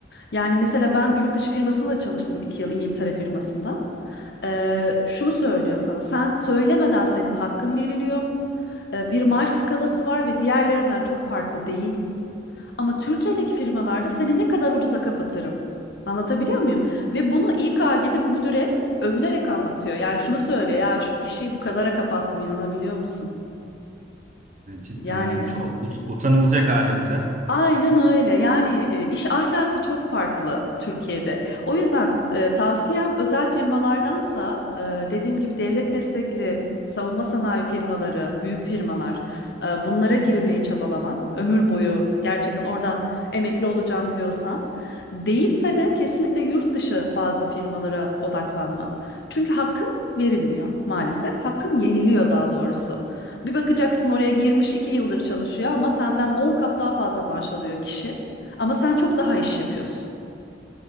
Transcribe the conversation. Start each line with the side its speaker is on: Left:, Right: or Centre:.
Left: Yani mesela ben yurt dışı firmasında çalıştım iki yıl İngiltere firmasında. Ee, şunu söylüyor sana, sen söylemeden senin hakkın veriliyor. Ee, bir maaş skalası var ve diğerlerinden çok farklı değil. Ama Türkiye'deki firmalarda seni ne kadar ucuza kapatırım. Anlatabiliyor muyum? Ve bunu İK gidip müdüre övünerek anlatıyor. Yani şunu söylüyor, ya şu kişiyi bu kadara kapattım inanabiliyor musun?
Right: Evet, cidden
Left: Yani
Right: yani çok ut- utanılacak halimize.
Left: Aynen öyle. Yani e, iş ahlakı çok farklı Türkiye'de. O yüzden e, tavsiyem özel firmalardansa e, dediğim gibi devlet destekli savunma sanayi firmaları, büyük firmalar e, bunlara girmeye çabalaman, ömür boyu gerçekten oradan emekli olacağım diyorsan, değilse de kesinlikle yurt dışı bazı firmalara odaklanman. Çünkü hakkın verilmiyor maalesef. Hakkın yeniliyor daha doğrusu. Bir bakacaksın oraya girmiş 2 yıldır çalışıyor ama senden 10 kat daha fazla maaş alıyor kişi. Ama sen çok daha iş yapıyorsun.